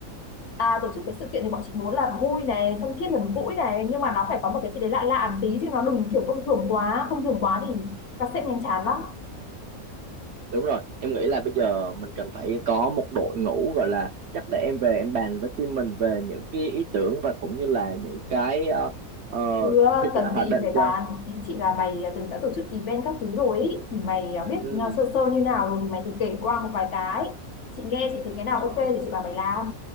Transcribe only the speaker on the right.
Đúng rồi, em nghĩ là bây giờ mình cần phải có một đội ngũ gọi là chắc để em về em bàn với team mình về những cái ý tưởng và cũng như là những cái ờ, ờ,
hoạch
định
cho.
Ừ.
Ờ,